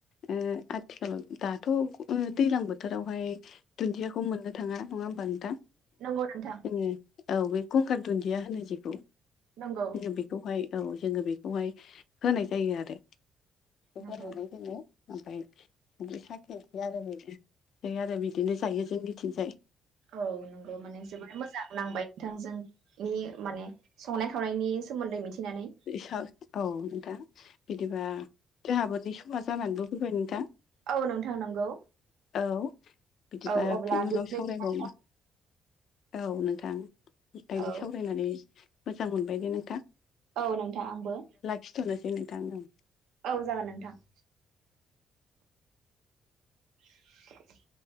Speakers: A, on the left; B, on the right.
A: ओ आथिखालाव दाथ' दैलां बोथोरावहाय दुन्दियाखौ मोननो थाङा नङा होमबा नोंथां?
B: नंगौ नोंथां।
A: जोङो औ बे कंखा दुन्दिया होनो जेखौ
B: नंगौ
A: जोङो बेखौहाय औ जोङो बेखौहाय होनाय जायो आरो बेखौ
B: नंगौ
A: होनानै जोङो ओमफ्राय संख्रि साखेसै आरो बेनो आरो बिदिनो जायो जोंनिथिंजाय।
B: औ नंगौ माने जोबोर मोजां नांबाय नोंथांजोंनि माने संनाय खावनायनि सोमोन्दै मिथिनानै।
A: ए औ नोंथां बिदिबा जोंहाबो नै समा जानानैबो फैबाय नोंथां।
B: औ नोंथां नंगौ
A: औ बिदिबा
B: औ अब्ला
A: बिनि
B: बिदिनो
A: उनाव सावरायबावनो औ नोंथां दानि
B: औ
A: सावरायनानै मोजां मोनबाय दे नोंथां।
B: औ नोंथां आंबो।
A: खिथ'नोसै नोंथां औ।
B: औ जागोन नोंथां। <inaudible>